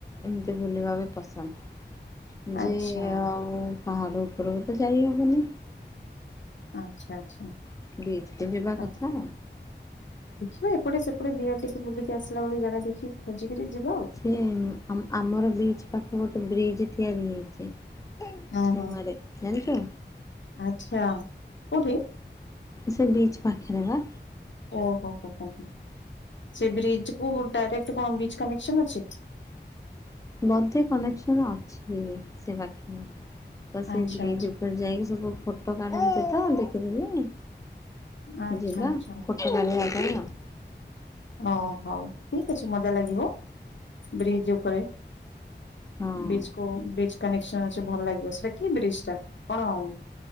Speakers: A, on the left; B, on the left.
A: ଏମିତି ବୁଲିବା ବି ପସନ୍ଦ।
B: ଆଚ୍ଛା
A: ଯେ ଆଉ ପାହାଡ ଉପରକୁ ତ ଯାଇ ହବନି।
B: ଆଚ୍ଛା ଆଚ୍ଛା।
A: ବିଚ୍ କୁ ଯିବା
B: ଆ
A: କଥା।
B: ଦେଖିବା ଏପଟେ ସେପଟେ ଦି ଆଡେ ଟିକେ ବୁଲିକି ଆସିଲା ବେଳକୁ ଜାଗା ଦେଖିକି ଖୋଜିକରି ଯିବା ଆଉ।
A: ହେ ଆମର ବିଚ୍ ପାଖେ ଗୋଟେ ବ୍ରିଜ୍ ତିଆରି ହେଇଛି।
B: ହୁଁ
A: ନୂଆ
B: ହୁଁ
A: ଟେ ଜଣିଛୁ?
B: ଆଚ୍ଛା କୋଉଠି?
A: ସେ ବିଚ୍ ପାଖରେ ବା।
B: ଓହୋଃ ହୋଃ ସେ ବ୍ରିଜ କୁ ଡାଇରେକ୍ଟ କଣ ବିଚ୍ କନେକ୍ସନ ଅଛି?
A: ବୋଧେ କନେକ୍ସନ ଅଛି ସେ ପାଖିଆ। ତ ସେଇ
B: ଆଚ୍ଛା
A: ବ୍ରିଜ
B: ଆଚ୍ଛା
A: ଉପରେ ଯାଇକି ସବୁ ଫଟୋ କାଢନ୍ତି ତ ଦେଖିଥିଲି।
B: ଆଚ୍ଛା
A: ଯିିବା
B: ଆଚ୍ଛା।
A: ଫୋଟ କାଢ଼ିବା ପାଇଁ ଆଉ।
B: ଓଃ ହଉ ଠିକ ଅଛି ମଜା ଲାଗିବ ବ୍ରିଜ ଉପରେ।
A: ହଁ
B: ବଚ୍ କୁ ବ୍ରିଜ କନେକ୍ସନ ଅଛି ଭଲ ଲାଗିବ। ସେଟା କି ବ୍ରିଜ ଟା କଣ ଆ